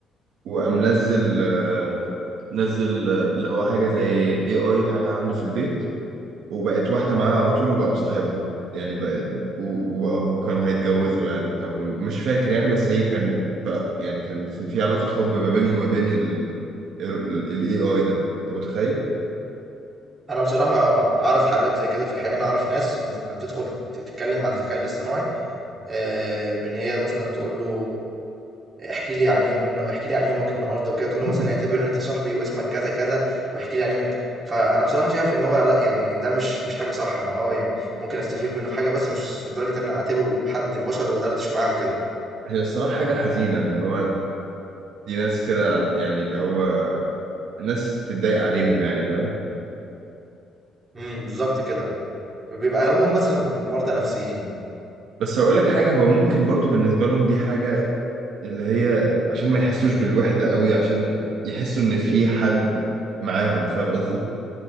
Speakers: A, on the right (about 65°); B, on the right (about 20°).
A: وقام نزل آه، نزل آه، اللي هو حاجه زي اي اي حاجه عنده في البيت وبقت واحدة معاه على
B: ما-
A: طول وبقى مصاحبها يعني بقى و- و- وكانوا هيتجوزوا يعني أو مش فاكر يعني بس هي كان ف يعني كان في في علاقة حب ما بينه وما بين ال ال AI ده أنت متخيل؟
B: انا بصراحه اعرف حالات زي كده في الحقيقه انا اعرف ناس بتبقى بتدخل ت- تتكلم مع الذكاء الاصطناعي آه، بان هي مثلا تقول له احكي لي عن يوم النا- احكي لي عن يومك النهارده وكده تقول له
A: <laughs>
B: مثلا اعتبر ان انت صاحبي واسمك كذا كذا واحكي لي عن يومك فانا بصراحه شايف ان هو لا يعني ده مش مش حاجه صح انا اه يعني ممكن استفيد منه في حاجه بس مش لدرجه ان انا اعتبره حد بشر وادردش معاه وكده
A: هي الصراحة حاجة حزينة اللي هو دي ناس كده عن- يعني اللي هو ناس تتضايق عليهم يعني فاهم
B: امم بالظبط كده بيبقى اغلبهم مثلا مرضى نفسيين
A: بس هقول لك حاجة هو ممكن برضو بالنسبة لهم دي حاجة اللي هي عشان ما يحسوش بالوحدة قوي عشان يحسوا إن في حد معاهم فاهم قصدي